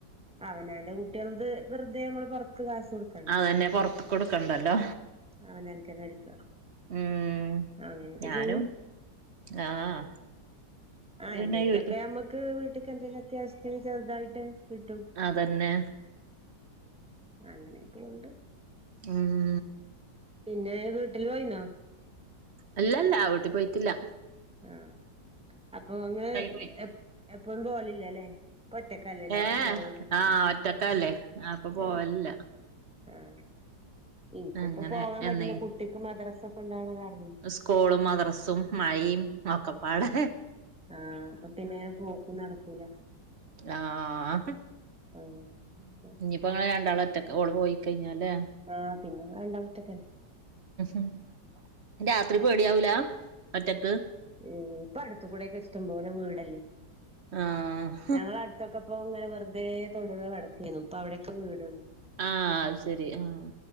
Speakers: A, in the centre; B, on the right.
A: അവനവന്റെ കുട്ട്യളത് വെറുതെ നമ്മള് പുറത്ത് കാശൊട ക്കണ്ടെ
B: അതന്നെ പൊറത്ത്ക്കൊടുക്കണ്ടല്ലോ
A: അവനന്ക്കന്നെ അടിക്കാ
B: ഉം
A: അങ്ങനെക്കെ
B: ഞാനും
A: ചെയ്യും
B: ആഹ്
A: ആഹ്
B: പിന്നെ
A: എന്തെങ്കിലൊക്കെ
B: യൂട്യൂ
A: നമ്മക്ക് വീട്ടക്ക് എന്തേലും അത്യാവശ്യത്തിന് ചെറുതായിട്ട് കിട്ടും
B: അതന്നെ
A: അങ്ങനെയൊക്കെണ്ട്
B: ഉം
A: പിന്നെ വീട്ടില് പോയിന്നോ
B: അല്ലല്ല വീട്ടി പോയിറ്റില്ല
A: ആഹ് അപ്പൊ നിങ്ങള്
B: പോയിട്ട്
A: എ എപ്പോഴു പോവലില്ലല്ലേ ഇപ്പ ഒറ്റക്കല്ലെല്ലേ
B: ഏ
A: അപ്പൊ പോവലുണ്ടാവില്ല
B: ആഹ് ഒറ്റക്കല്ലേ അപ്പൊ പോവലില്ല
A: ആഹ് ആഹ് ഇനിക്കിപ്പ
B: അങ്ങനെ
A: പോവാൻ
B: എന്നേ
A: പറ്റില്ല കുട്ടിക്ക് മദ്രസൊക്കെ ഇണ്ടാവണ കാരണേ
B: സ്കൂളും മദ്രസും മഴയും ഒക്കെപ്പാട്
A: ആഹ് അപ്പൊ പിന്നെ പോക്കും നടക്കൂല
B: ആഹ്
A: ആഹ്
B: ഇപ്പ ഇങ്ങള് രണ്ടാളും ഒറ്റക്ക്‌ ഓൾ പോയി കഴിഞ്ഞാലേ
A: ആഹ് പിന്നെ രണ്ടാളും ഒറ്റക്കന്നെ
B: ഉം രാത്രി പേടിയാവൂല ഒറ്റക്ക്
A: ഉം ഇപ്പൊ അടുത്ത് കൂടെയൊക്കെ ഇഷ്ടം പോലെ വീടല്ലേ.
B: ആഹ്
A: ഞങ്ങള അടുത്തൊക്കെ ഇപ്പൊ ഇങ്ങനെ വെറുതേ തൊടുക കെടക്കേനു ഇപ്പൊ അവിടെക്കെ വീട് വന്ന്
B: ആഹ് അത് ശരിയാ ആഹ്